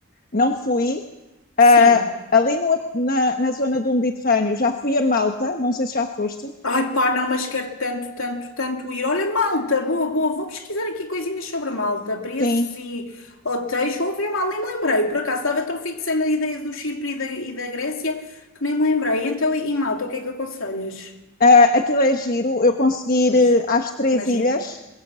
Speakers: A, on the left (about 45°); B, on the left (about 75°).
A: não fui.
B: Sim.
A: Uh, ali no, na, na zona do Mediterrâneo já fui a Malta, não sei se já foste.
B: Ai pá, não, mas quero tanto, tanto, tanto ir. Olha, Malta, boa, boa, vou pesquisar aqui coisinhas sobre a Malta, preços
A: Sim,
B: e hotéis, vou ver mal, nem me lembrei, por acaso estava tão fixa na ideia do Chipre e da, e da Grécia que nem me lembrei. Então, e, e Malta, o que é que aconselhas?
A: uh, aquilo é giro. Eu consegui
B: Pois,
A: ir eh, às três
B: imagino.
A: ilhas,